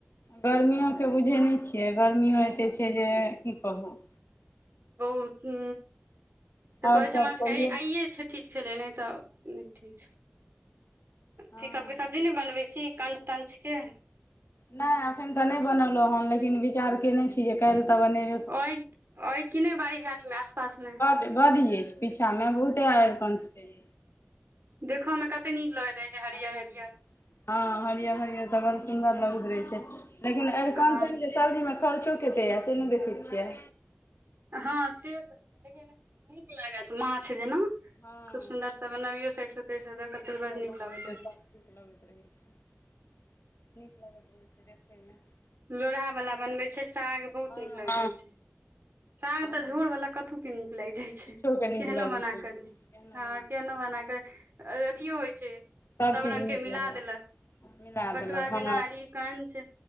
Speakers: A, on the left; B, on the right.
A: गर्मियओे के बुझै नय छियै गर्मियो एतेक छै जे की कहू
B: बहुत हु
A: आओर
B: कहै छै
A: सभ
B: हमरा
A: कहियौ
B: सब के आइे छै ठीक छलै नय त नय ठीक छल अथी
A: हँ
B: सभके सब्जी नय बनबै छी कञच तञ्च के
A: नय एखन त नय बनेल हुँन लेकिन विचार केने छी जे काल्हि त बनेबै
B: हि कि नय बाड़ी झाड़ी मे आसपास मे
A: बड़ यैछ पीछा में बहुते अरकंच रहै
B: देखमे‌ कतऽ नीक लगै छै हरियर
A: हँ
B: हरियर
A: हरियर हरियर तऽ बड़ सुन्दर लगैत रहे छै लेकिन अरिकञ्चनके
B: आ
A: सब्जीमे खर्चो कतेक यए से नहि देखै छियै
B: हँ से तऽ छै लेकिन नीक लागत माछ जेना
A: हँ
B: खूब सुंन्दरसँ बनबीयो साइडे
A: खूब नीकसँ
B: बड नीक
A: बनबियौ
B: लगैत रहै
A: तब
B: छै
A: नीक लगैत रहै छै देखैमे <inaudible>
B: लोरहा वालला बनबे छै साग बहुत
A: हँ
B: नीक लगैत
A: हँ
B: रहय छै साग
A: हँ
B: तऽ झोर बालला कत के नीक लाइग जाइ छै
A: किछोके नीक
B: केहनो
A: लगै
B: बना
A: छै केहनो
B: कऽ दे ह
A: बना
B: केहनो
A: कऽ खा लिअ
B: बना क अ अथियो होइ छै
A: सभचीज
B: सब रंग
A: नीक
B: के मिला
A: लगै
B: देलक
A: छै मिला
B: पटुआ
A: देलक हँ
B: गेनहारी कंच